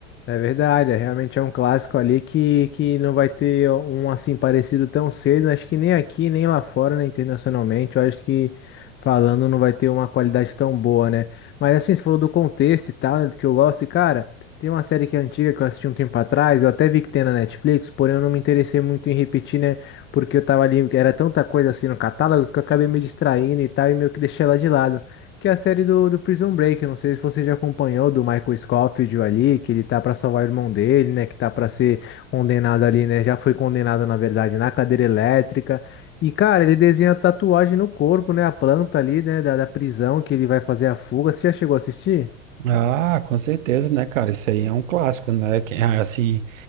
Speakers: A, on the left (about 30°); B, on the right (about 75°).
A: É verdade, é, realmente é um clássico ali que, que não vai ter um assim parecido tão cedo. Acho que nem aqui, nem lá fora, né, internacionalmente. Eu acho que falando não vai ter uma qualidade tão boa, né? Mas assim, você falou do contexto e tal, né, do que eu gosto. E cara, tem uma série que é antiga que eu assisti um tempo atrás. Eu até vi que tem na Netflix, porém eu não me interessei muito em repetir, né? Porque eu tava ali, era tanta coisa assim no catálogo que eu acabei me distraindo e tal, e meio que deixei ela de lado que é a série do, do Prison Break. Eu não sei se você já acompanhou do Michael Scofield ali, que ele tá pra salvar o irmão dele, né? Que tá pra ser condenado ali, né? Já foi condenado, na verdade, na cadeira elétrica. E, cara, ele desenha tatuagem no corpo, né? A planta ali, né? Da, da prisão que ele vai fazer a fuga. Você já chegou a assistir?
B: Ah, com certeza, né, cara? Isso aí é um clássico, né? Que- ah, Assim,